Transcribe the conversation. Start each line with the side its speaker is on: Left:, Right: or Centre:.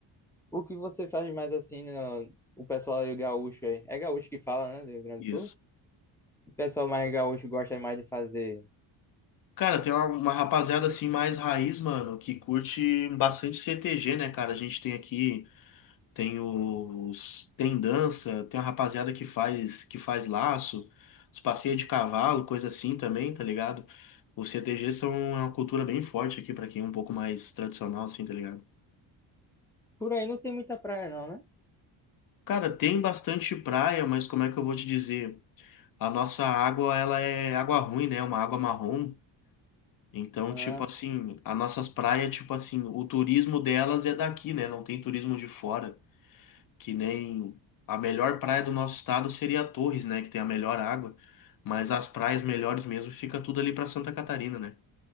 Centre: o que você faz mais assim, no, o pessoal aí gaúcho aí? É gaúcho que fala, né, do Rio Grande
Left: Isso.
Centre: do Sul? O pessoal mais gaúcho gosta mais de fazer
Left: Cara, tem uma, uma rapaziada assim mais raiz, mano, que curte bastante CTG, né, cara? A gente tem aqui, tem os, tem dança, tem a rapaziada que faz, que faz laço, os passeios de cavalo, coisa assim também, tá ligado? Os CTG são é uma cultura bem forte aqui pra quem é um pouco mais tradicional assim, tá ligado?
Centre: Por aí não tem muita praia, não, né?
Left: Cara, tem bastante praia, mas como é que eu vou te dizer? A nossa água, ela é água ruim, né? É Uma água marrom. Então,
Centre: Ah,
Left: tipo assim, as nossas praias, tipo assim, o turismo delas é daqui, né? Não tem turismo de fora. Que nem a melhor praia do nosso estado seria Torres, né? Que tem a melhor água. Mas as praias melhores mesmo fica tudo ali pra Santa Catarina, né?